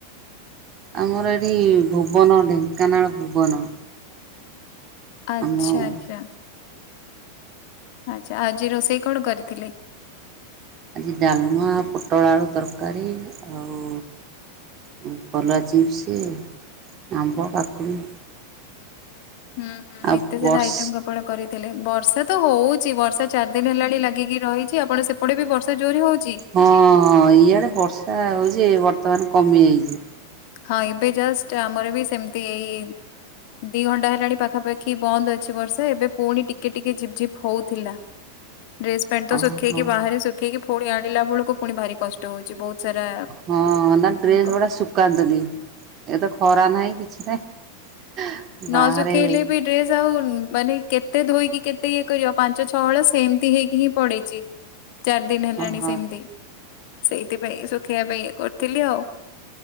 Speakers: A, on the right (about 30°); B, on the left (about 45°).
A: ଆମର ଏଠି ଭୁବନ ଢେଙ୍କାନାଳ ଭୁବନ।
B: ଆଚ୍ଛା
A: ଆମ
B: ଆଚ୍ଛା। ଆଚ୍ଛା ଆଜି ରୋଷେଇ କଣ କରିଥିଲେ?
A: ଆଜି ଡାଲମା ପୋଟଳ ଆଳୁ ତରକାରୀ ଆଉ ଉଁ କଲରା ଚିପ୍ସ, ଆମ୍ବ, କାକୁଡ଼ି।
B: ହୁଁ ହୁଁ
A: ଆଉ
B: ଏତେ ସାରା
A: ବର୍ଷ
B: ଆଇଟମ୍ କ ଆପଣ କରିଥିଲେ ବର୍ଷା ତ ହଉଛି ବର୍ଷା ଚାରି ଦିନ ହେଲାଣି ଲାଗିକି ରହିଛି ଆପଣ ସେପଟେ ବି ବର୍ଷା ଜୋରି ହଉଛି?
A: ହଁ ହଁ ଇଆଡ଼େ ବର୍ଷା ହେଉଛି ବର୍ତ୍ତମାନ କମିଯାଇଛି।
B: ହଁ ଏବେ ଜଷ୍ଟ ଆମର ବି ସେମିତି ଏଇ ଦି ଘଣ୍ଟା ହେଲାଣି ପାଖାପାଖି ବନ୍ଦ ଅଛି ବର୍ଷା ଏବେ ପୁଣି ଟିକେ ଟିକେ ଝିପ୍ ଝିପ୍ ହଉଥିଲା। ଡ୍ରେସ ପ୍ୟାଣ୍ଟ ତ
A: ଓହୋ
B: ଶୁଖେଇକି ବାହାରେ ଶୁଖେଇକି ପୁଣି ଆଣିଲା ବେଳକୁ ପୁଣି ଭାରି କଷ୍ଟ ହଉଛି ବହୁତ। ସାରା
A: ହଁ ନା ଡ୍ରେସ
B: କ
A: ଗଡା ଶୁଖ କାନ୍ତୁନି ଏ ତ ଖରା ନାହିଁ କିଛି ନାହିଁ ବାହାରେ
B: ନ ଶୁଖେଇଲେ ବି ଡ୍ରେସ ଆଉ ମାନେ କେତେ ଧୋଇକି କେତେ ଇଏ କର ପାଞ୍ଚ ଛଅ ହଳ ସେମିତି ହେଇକି ହିଁ ପଡ଼ିଛି। ଚାରି ଦିନ ହେଲାଣି
A: ଓହୋ
B: ସେମିତି। ସେଇଥିପାଇଁ ଶୁଖେଇବା ପାଇଁ ଇଏ କରିଥିଲି ଆଉ।